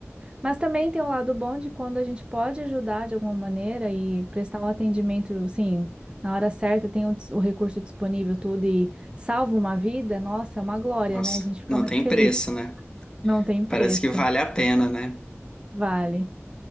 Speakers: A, on the right; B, on the left.
A: Mas também tem o lado bom de quando a gente pode ajudar de alguma maneira e prestar um atendimento, assim, na hora certa, tem o, dis- o recurso disponível, tudo, e salva uma vida, nossa, é uma glória,
B: Nossa,
A: né? A gente fica
B: não
A: muito
B: tem
A: feliz.
B: preço, né?
A: Não tem preço,
B: Parece que vale a pena, né?
A: vale.